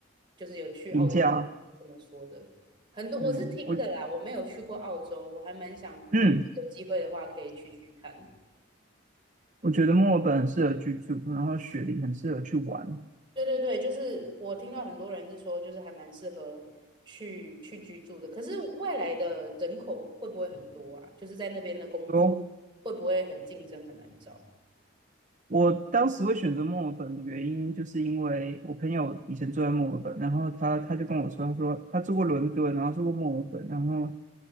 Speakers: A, on the right (about 25°); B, on the right (about 40°).
A: 就是有去澳洲的这么说的，
B: 廉家？
A: 很多我是听的啦，
B: 嗯，我
A: 我没有去过澳洲，我还蛮想
B: 嗯，
A: 有机会的话可以去去看。
B: 我觉得墨尔本很适合居住，然后雪梨很适合去玩。
A: 对对对，就是我听到很多人是说，就是还蛮适合去去居住的。可是外来的人口会不会很多啊？就是在那边的工作
B: 哦，
A: 会不会很竞争，很难找？
B: 我当时会选择墨尔本的原因，就是因为我朋友以前住在墨尔本，然后他他就跟我说，他说他住过伦敦，然后住过墨尔本，然后